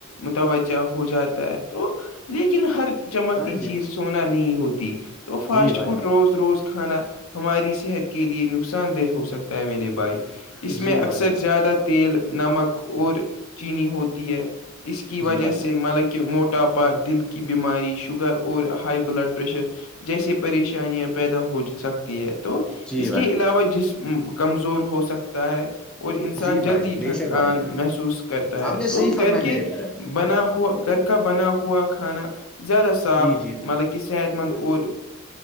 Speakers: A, on the left (about 75°); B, in the centre.
A: متوجہ ہو جاتا ہے تو لیکن ہر چمکتی
B: ہاں
A: چیز سونا نہیں ہوتی
B: جی
A: تو فاسٹ
B: بھائی
A: فوڈ
B: جی بھائی جان
A: روز روز کھانا ہماری صحت کے لیے نقصان دہ ہو سکتا ہے میرے بھائی
B: جی
A: اس
B: جی
A: میں اکثر
B: بھائی
A: زیادہ تیل نمک اور چینی ہوتی ہے اس کی وجہ
B: جی بھائی
A: سے
B: جان
A: ملک کہ موٹاپا دل کی بیماری شوگر اور ہائی بلڈ پریشر جیسے پریشانیاں پیدا ہو سکتی ہے تو
B: جی
A: اس
B: بھائی
A: کے علاوہ جسم کمزور ہو سکتا ہے اور انس
B: جی
A: جلدی
B: بھائی جان بے
A: تھکان
B: شک بھائی جان
A: محسوس کرتا ہے
B: آپ نے
A: تو
B: صحیح فرمایا
A: گھر کے
B: میرے پیارے بھائی
A: بنا ہوا گھر پکا بنا ہوا کھانا زیادہ صاف
B: جی جی بھائی
A: مطلب کہ صحت مند اور